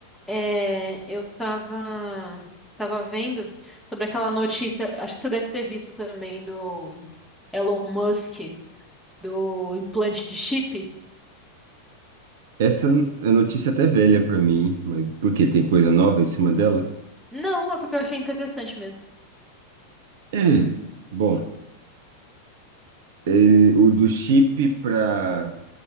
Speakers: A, in the centre; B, on the right.
A: É, eu tava, tava vendo sobre aquela notícia, acho que você deve ter visto também do Elon Musk, do implante de chip.
B: Essa é notícia até velha para mim, mas porque tem coisa nova em cima dela?
A: Não, é porque eu achei interessante mesmo.
B: É. Bom, eh, o do chip para.